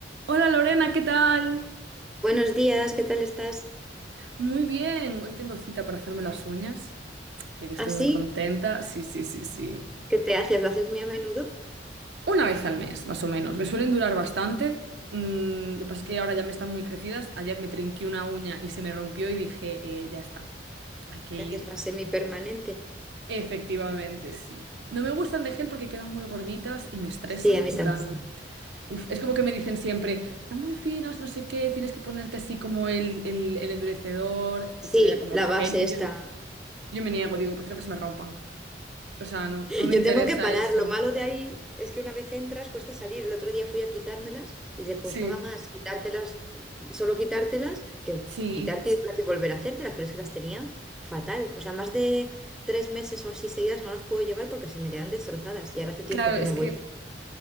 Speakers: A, on the right; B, in the centre.
A: Hola Lorena, ¿qué tal?
B: Buenos días, ¿qué tal estás?
A: Muy bien, hoy tengo cita para hacerme las uñas, así que estoy
B: ¿Así?
A: muy contenta. Sí, sí, sí, sí.
B: ¿Qué te haces? ¿Lo haces muy a menudo?
A: Una vez al mes, más o menos. Me suelen durar bastante. Mm, lo que pasa es que ahora ya me están muy crecidas. Ayer me trinqué una uña y se me rompió y dije, "Eh, ya está, hay que
B: ¿Te
A: ir.
B: haces la semipermanente?
A: Efectivamente, sí. No me gustan de gel porque quedan muy gorditas y me estresan.
B: Sí, a mí
A: En
B: tampoco.
A: plan, uf, es como que me dicen siempre, están muy finas, no sé qué, tienes que ponerte así como el, el, el endurecedor,
B: Sí,
A: que sería como
B: la
A: el gel.
B: base
A: Y
B: está.
A: yo, Yo me niego,
B: Ujú.
A: digo, prefiero que se me rompan. O sea, no, no me
B: Yo
A: interesa
B: tengo que parar.
A: eso.
B: Lo malo de ahí es que una vez entras cuesta salir. El otro día fui a quitármelas y te costaba
A: Sí,
B: más quitártelas, solo quitártelas, que
A: sí.
B: quitarte y volver a hacértelas, pero es que las tenía fatal. O sea, más de tres meses o así seguidas no las puedo llevar porque se me quedan destrozadas y ahora hace tiempo
A: Claro,
B: que
A: es
B: no
A: que
B: voy.